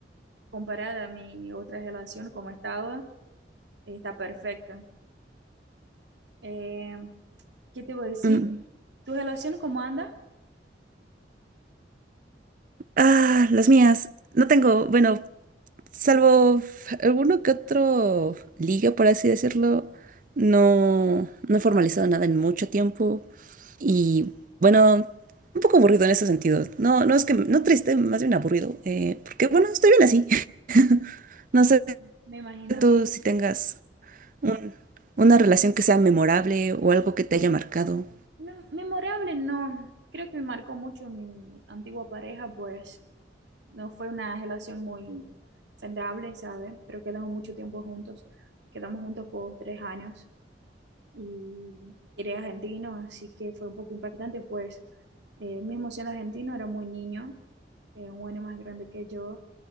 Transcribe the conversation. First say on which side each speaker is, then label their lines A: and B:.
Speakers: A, on the right; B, on the right.
A: comparada a mi otra relación, como estaba, está perfecta. Eh, ¿qué te voy a decir?
B: Mm.
A: ¿Tu relación cómo anda?
B: Ah, las mías. No tengo, bueno, salvo f- alguno que otro liga, por así decirlo. No, no he formalizado nada en mucho tiempo. Y bueno, un poco aburrido en ese sentido. No, no es que, no triste, más bien aburrido. eh, porque bueno, estoy bien así. <laughs> No
A: Ah,
B: sé
A: Me imagino.
B: tú si tengas. un- una relación que sea memorable o algo que te haya marcado.
A: Mem- memorable, no. Creo que me marcó mucho mi antigua pareja, pues no fue una relación muy saludable, ¿sabes? Pero quedamos mucho tiempo juntos. Quedamos juntos por tres años y era argentino, así que fue un poco impactante, pues eh, mismo siendo argentino, era muy niño, eh, un año más grande que yo.